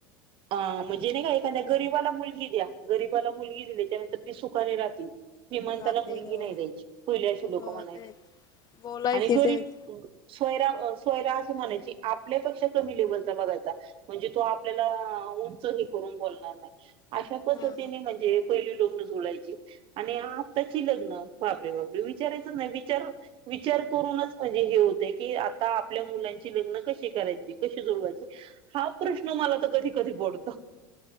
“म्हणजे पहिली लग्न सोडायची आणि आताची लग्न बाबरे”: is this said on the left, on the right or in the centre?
Right